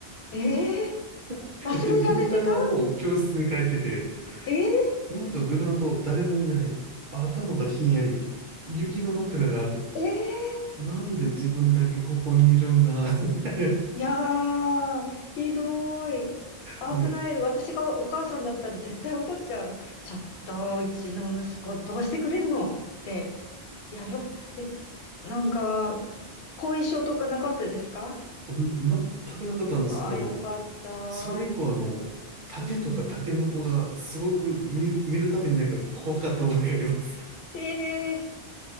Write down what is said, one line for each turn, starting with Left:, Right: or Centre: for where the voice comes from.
Left: ええ
Right: <laughs>
Left: 忘れられてた
Right: で、みんなはもう教室に帰ってて、
Left: ええ
Right: なんかグラウンド誰もいない。あ頭がひんやり。雪の枕がある。
Left: ええ
Right: なんで自分だけここにいるんだ、<laughs> みたいな。
Left: いやー、ひどい。危ない。
Right: ね、
Left: 私がお母さんだったら絶対怒っちゃう。ちょっと、うちの息子どうしてくれんのって。いや、よく、え、なんか、後遺症とかなかったですか
Right: ん全くなかったんですけど、
Left: ああー、よかった。
Right: それ以降あの、竹とかタケノコがすごく見る、
Left: うん。
Right: 見るたびになんか怖かった覚えがあります。
Left: ええ